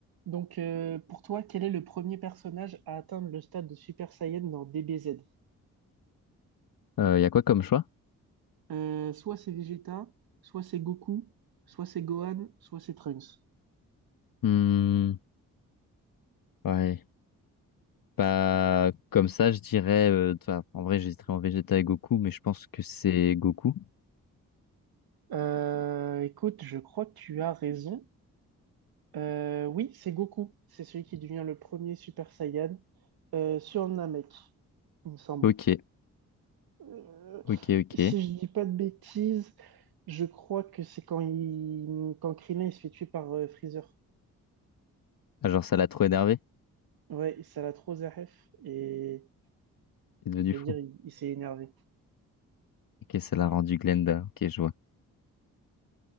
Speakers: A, on the right; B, on the left.
A: Donc, euh, pour toi, quel est le premier personnage à atteindre le stade de Super Saiyan dans DBZ?
B: Il y a quoi comme choix?
A: Euh, soit c'est Vegeta, soit c'est Goku, soit c'est Gohan, soit c'est Trunks.
B: Hmm, ouais. Bah, comme ça, je dirais. euh, toi, en vrai, j'hésiterais en Vegeta et Goku, mais je pense que c'est Goku.
A: Euh, écoute, je crois que tu as raison. Euh, oui, c'est Goku. C'est celui qui devient le premier Super Saiyan euh, sur Namek, il me semble.
B: Ok,
A: Euh,
B: ok, ok.
A: si je dis pas de bêtises, je crois que c'est quand il, quand Krillin il se fait tuer par euh, Freezer.
B: Ah, genre, ça l'a trop énervé.
A: Ouais, ça l'a trop Zaref et
B: Il est devenu
A: C'est-à-dire,
B: fou.
A: il, il s'est énervé.
B: Ok, ça l'a rendu Glenda. Ok, je vois.